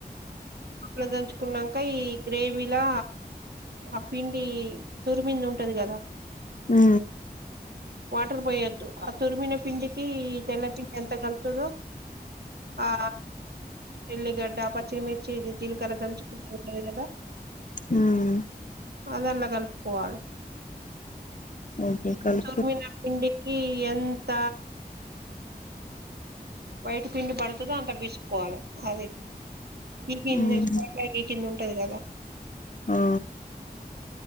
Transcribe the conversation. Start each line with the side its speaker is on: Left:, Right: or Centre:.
Right: ఆట్ల దంచుకున్నాక ఈ గ్రేవీలా ఆ పిండి తొరిమింద ఉంటది కదా
Left: హు
Right: వాటర్ పోయొద్దు ఆ తురిమిన పిండి కీ తెల్లపిండి ఎంత కలుతదో ఆ చెల్లిగడ్డ పచ్చిమిర్చి ఇది జీలకర్ర దంచుకుంట కదా
Left: మ్మ్
Right: అది అలా కలుపుకోవాలి
Left: ఓకె కలి
Right: అరిపోయిన పిండికి ఈ ఎంత వైట్ పిండి పడుతుందో అంత బీసుకోవాలే అది ఈ కంద
Left: మ్మ్
Right: ఈ కింద ఉంటది కదా
Left: ఆ